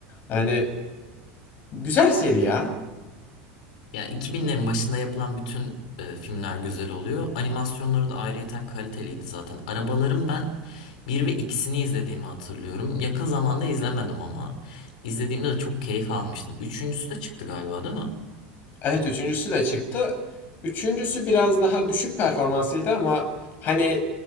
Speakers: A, on the left (about 45°); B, on the left (about 65°).
A: Yani güzel seri ya.
B: Ya 2000'lerin başında yapılan bütün e, filmler güzel oluyor. Animasyonları da ayrıyeten kaliteliydi zaten. Arabaların ben bir ve ikisini izlediğimi hatırlıyorum. Yakın zamanda izlemedim ama. İzlediğimde de çok keyif almıştım. Üçüncüsü de çıktı galiba değil mi?
A: Evet üçüncüsü de çıktı. Üçüncüsü biraz daha düşük performansıydı ama hani